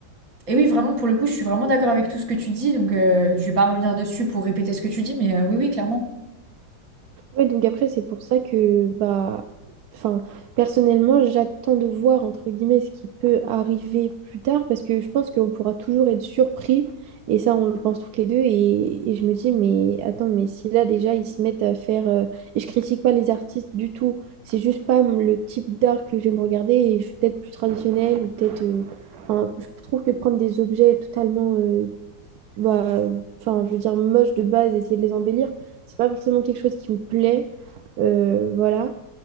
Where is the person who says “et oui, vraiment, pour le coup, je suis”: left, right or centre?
Right